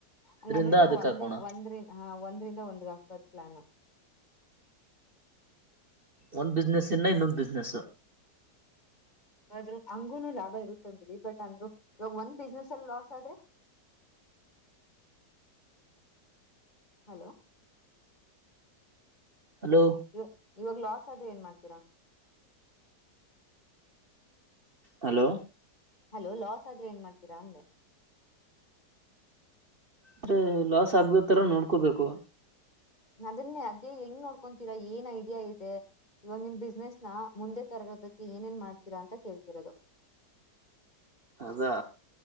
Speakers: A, on the left (about 25°); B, on the right (about 35°).
A: ಅಂಗಂದ್ರೆ
B: ಇದ್ರಿಂದ
A: ನೀವು್
B: ಅದಕ್
A: ಒಂದ್
B: ಹಾಕೋಣ
A: ಒಂದ್ರಿಂದ ಹ ಒಂದ್ರಂದ ಒಂದ್ಗತ ಪ್ಪತ್ಲಾನು
B: ಒಂದ್ ಬಿಸ್ನೆಸ್ ಇನ್ನ ಇನ್ನೊಂದ್ ಬಿಸ್ನೆಸ್
A: ಯ್ರರು ಹಂಗುನು ಲಾಭ ಇರುತ್ತೆ ಬಿಡಿ ಬಟ್ ಅಂದ್ರು ಇವಾಗ ಒಂದ್ ಬಿಸ್ನೆಸ್ ಅಲ್ಲಿ ಲಾಸ್ ಆದ್ರೆ ಹಲೋ
B: ಹಲೋ
A: ಇವ ಇವಾಗ ಲಾಸ್ ಅದು ಏನ್ ಮಾಡ್ತೀರಾ
B: ಹಲೋ
A: ಹಲೋ ಲಾಸ್ ಆದ್ರೆ ಏನ್ ಮಾಡ್ತೀರಾ ಅಂದೆ
B: ಆದ್ರೆ ಲಾಸ್ ಆಗ್ದ ತರ ನೋಡ್ಕೋಬೇಕು
A: ಅದನ್ನ ಅದೇ ಹೆಂಗ್ ನೋಡ್ಕೊತೀರಾ ಏನ್ ಐಡಿಯಾ ಇದೆ ಇವಾಗ ನಿಮ್ ಬಿಸ್ನೆಸ್ ನ ಮುಂದೆ ತರೋದಕ್ಕೆ ಏನೇಏನ್ ಮಾಡ್ತೀರಾ ಅಂತ ಕೇಳ್ತಿರೋದು
B: ಅದಾ